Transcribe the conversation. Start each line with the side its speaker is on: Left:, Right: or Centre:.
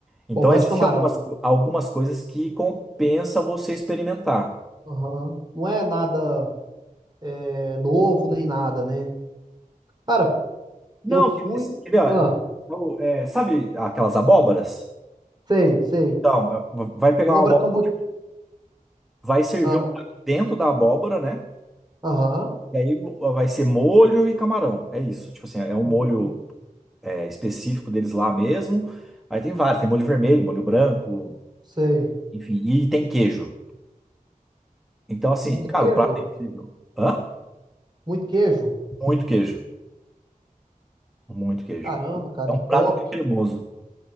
Centre: Então,
Right: Bobó
Centre: existem
Right: de camarão.
Centre: algumas, algumas coisas que compensa você experimentar.
Right: Aham. Não é nada é, novo nem nada, né? Cara,
Centre: Não,
Right: eu fui.
Centre: quer quer ver?
Right: Ah,
Centre: ó, é, sabe aquelas abóboras?
Right: sei, sei.
Centre: Então, eh, vai pegar
Right: Abóbora
Centre: uma abóbora,
Right: cambu.
Centre: vai servir
Right: Ah,
Centre: um prato dentro da abóbora, né?
Right: Aham.
Centre: E aí vai ser molho e camarão. É isso. Tipo assim, é um
Right: Uhum.
Centre: molho eh, específico deles lá mesmo. Aí tem vários, tem molho vermelho, molho branco,
Right: Sei.
Centre: enfim, e tem queijo. Então, assim,
Right: Muito
Centre: cara,
Right: queijo.
Centre: o prato é incrível. Hã?
Right: Muito queijo.
Centre: Muito queijo. Muito queijo.
Right: Caramba, cara,
Centre: É um prato
Right: top.
Centre: muito cremoso.